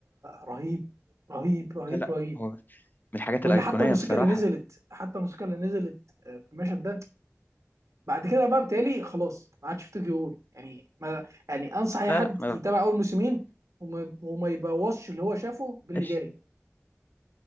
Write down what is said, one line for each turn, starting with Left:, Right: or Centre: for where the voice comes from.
Right: رهيب رهيب رهيب
Left: لا لا
Right: رهيب
Left: هو من الحاجات
Right: واللي
Left: الأيقونية
Right: حتى الموسيقى
Left: بصراحة
Right: اللي نزلت حتى الموسيقى اللي نزلت آه، في المشهد ده بعد كده بقى بتهيألي خلاص ما عادش في طوكيو غول يعني ما يعني انصح اي
Left: لا
Right: حد
Left: لا ما
Right: يتابع اول موسمين وما, وما يبوظش اللي هو شافه باللي
Left: بقاش
Right: جاي